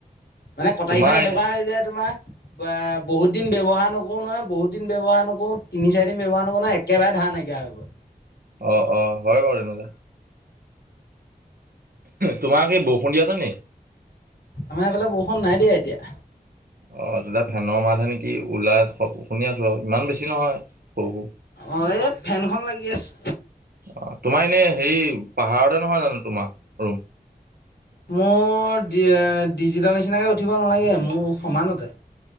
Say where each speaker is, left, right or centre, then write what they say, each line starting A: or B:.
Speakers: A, on the left; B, on the right.
A: মানে কটাৰীখন
B: তোমাৰ
A: এনেকুৱা হৈ যায় তোমাৰ- বা বহুত দিন ব্যৱহাৰ নকৰো নহয়, বহুত দিন ব্যৱহাৰ নকৰো তিনি চাৰিদিন ব্যৱহাৰ নকৰো নহয় একেবাৰে ধাৰ নাইকিয়া হৈ গল।
B: অ অ হয় বাৰু তেনেকুৱা। তোমাৰ কি বৰষুণ দি আছে নেকি?
A: আমাৰ এইফালে বৰষুণ নাই দিয়া এতিয়া।
B: অ তেতিয়া ফেনৰ মাতহে নেকি ওলাই শুনি আছো আৰু ইমান বেছি নহয় সৰু সৰু।
A: অঁ এই ফেনখন লাগি আছে।
B: অ তোমাৰ এনে হেৰি পাহাৰতে নহয় জানো তোমাৰ ৰুম।
A: মোৰ ডিজিটাৰ নিচিনাকে উঠিব নালাগে মোৰ সমানতে।